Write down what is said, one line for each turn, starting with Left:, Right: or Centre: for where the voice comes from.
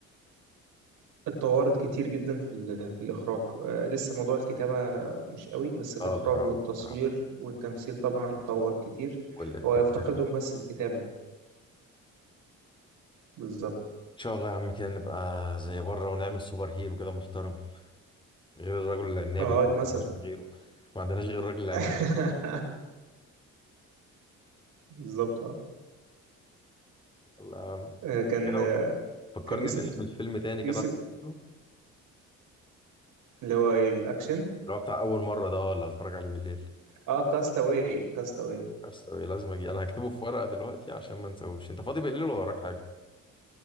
Right: اتطورت كتير جدا في ال- في الإخراج آه، لسه موضوع الكتابة مش قوي بس الإخراج
Left: اه بصراحة
Right: والتصوير
Left: بصراحة
Right: والتمثيل طبعا اتطور كتير
Left: والإفكت
Right: هو يفتقدهم
Left: ان
Right: بس الكتابة بالظبط
Left: شاء الله يا عم كده نبقى زي بره ونعمل سوبر هيرو كده محترم غير الرجل العناب
Right: اه
Left: اللي
Right: مثلا
Left: ما عندناش غيره ما عندناش غير الرجل العناب
Right: <laughs> بالظبط اه
Left: الله.
Right: آه، كان
Left: كده
Right: آه،
Left: فكرني
Right: كان يوسف
Left: باسم الفيلم تاني
Right: يوسف
Left: كده عشان أحفظه.
Right: اللي هو ايه الأكشن
Left: اللي هو بتاع اول مرة ده اللي هتفرج عليه بالليل
Right: اه كاستاوي كاستاوي
Left: بس لازم اجي انا هكتبه في ورقة دلوقتي عشان ما انساهوش انت فاضي بالليل ولا وراك حاجة